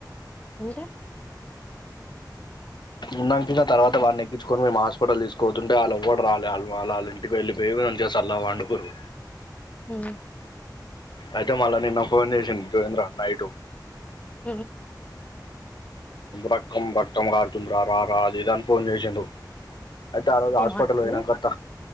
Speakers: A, on the left; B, on the left.
A: ఉంటే
B: ఉన్నాం కే తర్వాత వాళ్ళని ఎక్కించుకొని మేము హాస్పిటల్ తీసుకుపోతుంటే వాళ్ళు ఎవ్వడు రాలే ఆళ్ు వాళ్ళు ఇంటికి వెళ్ళిపోయి మంచిగా సళ్ళగా పండుకురు
A: హు
B: అయితే మళ్ళా నిన్న ఫోన్ చేసింది జోగేంద్ర నైట్
A: హ
B: రకం రక్తం గారుతుంది రా రా రా అది ఇది అని ఫోన్ చేసండు అయితే ఆ రోజు హాస్పిటల్
A: ఏం ఆడుతుందో
B: పోయినా కత